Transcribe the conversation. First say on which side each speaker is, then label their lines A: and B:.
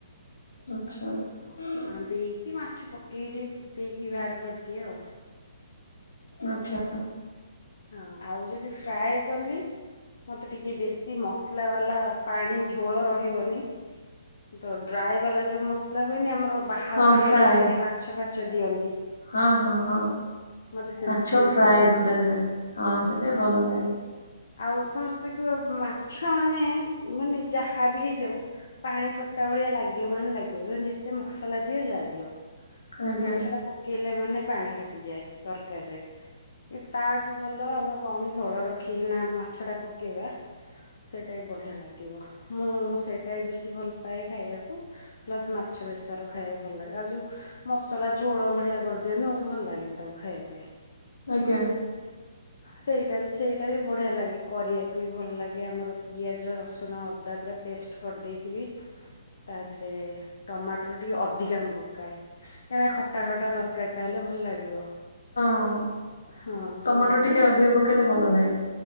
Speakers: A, on the left; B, on the left.
A: ଆଚ୍ଛା। <unintelligible>
B: କାଧେଇକି ମାଛ ପକେଇ ଟିଏ ଫୁଟେଇକି ବାହାର କରିଦିଏ ଆଉ।
A: ଆଚଛା।
B: ହଁ ଆଉ ଯଦି ଫ୍ରାଏ କଲି ମତେ ଟିକେ ବେଶୀ ମସଲା ବାଲା ପାଣି ଝୋଳ ରହିବନି ଡ୍ରାଏ ବାଲା ଯୋଉ ମସଲା ହୁଏନି ଆମର ବାହାଘରିଆରେ
A: ହଁ ଫ୍ରାଏ।
B: ଯେମିତି ମାଛ ଫାଚ ଦିଅନ୍ତି।
A: ହଁ, ହଁ, ହଁ
B: ମତେ ସେମିତି
A: ମାଛ
B: ଟିକେ
A: ପ୍ରାୟ
B: ଭଲ ଲାଗେ
A: ଯୋଉଟା ଯୋ ହଁ ସେଟା ଭଲ ଲାଗେ।
B: ଆଉ ସମସ୍ତେ କି ମାଛ ମାନେ ମାନେ ଯାହାବି ହେଇଯାଉ। ପାଣି ଫଟା ଭଳିଆ ଲାଗିବ ମାନେ ଲାଗିବ। ଏତେ ମସଲା ଦିଅ ଯାହା ଦିଅ
A: ଆଜ୍ଞା
B: ମାଛ ଟା ପକେଇଲେ ମାନେ ପାଣି ଫାଟିଯାଏ। ତରକାରୀ <inaudible> ତାଠୁ ଭଲ ଆମେ କମ ଝୋଳ ରଖିକିନା ମାଛ ଟା ପକେଇବା। ସେଇଟା ବଢିଆ ଲାଗିବ ମୁଁ ସେଇଟା ବେଶୀ ଭଲ ପାଏ ଖାଇବାକୂ। ପ୍ଲସ ମାଛ ବେସର ଖାଇବାକୁ ଭଲ ଲାଗେ ଆଉ ଯୋଉ ମସଲା ଝୋଳ ଭଳିଆ କରିଦିଅନ୍ତି ମତେ ଭଲ ଲାଗେନି ତାକୁ ଖାଇବା ପାଇଁ।
A: ଆଜ୍ଞା।
B: ସେଇଟା ବି ସେଇଟା ବି ବଢିଆ ଲାଗେ କରିବାକୁ ବି ଭଲ ଲାଗେ। ଆମର ପିଆଜ ରସୁଣ ଅଦା ପୁରା ପେଷ୍ଟ କରିଦେଇଥିବି ତା ଦେରେ ଟମାଟୋ ପ ଟିକେ ଅଧିକା ମୁଁ ପକାଏ କାହିଁକି ଖଟା ଖଟା ଦରକାର ଟା ହେଲେ ଭଲ ଲାଗିବ।
A: ହଁ
B: ହଁ ତ
A: ଟମାଟୋ ଟିକେ
B: ତାକୁ
A: ଅଧିକ ପକେଇଲେ ଭଲ ଲାଗେ।